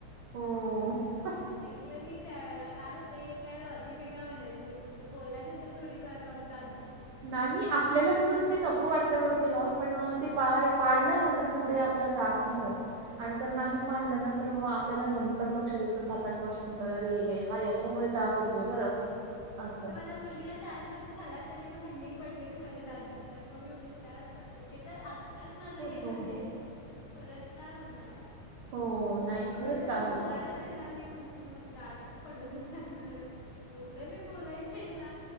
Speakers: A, on the right; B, on the left.
A: हो
B: दात दुखतात परत ऐकलं नाही त्यावेळेला काय होते? हे काय लॉजिक आहे का? म्हणायची मी, तुमचं बोलल्यानंतर थोडी माझा दात दु
A: नाही आपल्याला खरच ते नको वाटत बरं तेव्हा. पण ते पाळलं ना तर पुढे आपल्याला त्रास नाही होत
B: त्रास
A: आणि जर
B: होत.
A: नाही पळालं ना, तर मग आपल्याला नंतर लक्षात येतं, सात आठ वर्ष नंतर अरे हा याच्यामुळे त्रास हो <unintelligible> बरं. असं
B: आता माझ्या मुलगीला चारच वर्ष झाला तरी मग थंडी पडली तरी माझे दात दुखतात. मग मी विचारात पडते की आता आताच माझं
A: होतो
B: हे झालंय, परत काय होणार?
A: हो
B: म्हातारपणी
A: नाही खरंच
B: तर
A: त्रास
B: मला
A: होतो
B: बोलायलाच येणार नाही, म्हणते मी. माझ दात तर पडूनच जाणार आहे. एवढं मी बोलायचे आहे ना,